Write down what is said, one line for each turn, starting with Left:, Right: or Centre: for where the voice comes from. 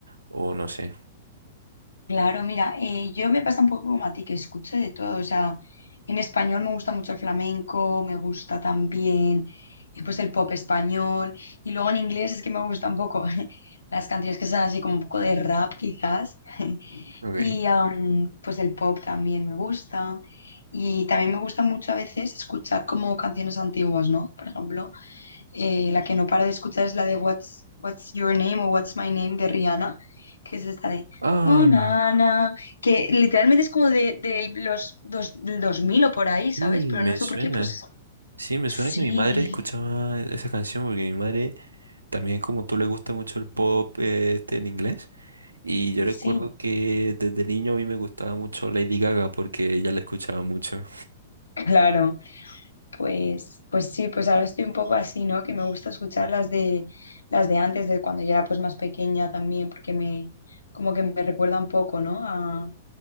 Right: o no sé.
Left: Claro, mira, eh, yo me pasa un poco como a ti, que escucho de todo, o sea, en español me gusta mucho el flamenco, me gusta también eh, pues el pop español, y luego en inglés es que me gusta un poco <laughs> las canciones que son así como un poco de rap quizás,
Right: Ok.
Left: y am, pues el pop también me gusta, y también me gusta mucho a veces escuchar como canciones antiguas, ¿no? Por ejemplo. Eh, la que no paro de escuchar es la de What's, What's Your Name o What's My Name de Rihanna, que es esta de
Right: Ah,
Left: Oh, Nana, que literalmente es como de, de los dos, del 2000 o por ahí, ¿sabes?
Right: sí,
Left: Pero
Right: me
Left: no sé
Right: suena.
Left: por qué, pues
Right: Sí, me
Left: sí,
Right: suena que mi madre escuchaba esa canción porque mi madre también como tú le gusta mucho el pop eh, este en inglés y yo recuerdo
Left: sí,
Right: que desde niño a mí me gustaba mucho Lady Gaga porque ella la escuchaba mucho.
Left: claro. Pues, pues sí, pues ahora estoy un poco así, ¿no? Que me gusta escuchar las de, las de antes, de cuando yo era pues más pequeña también, porque me, como que me recuerda un poco, ¿no?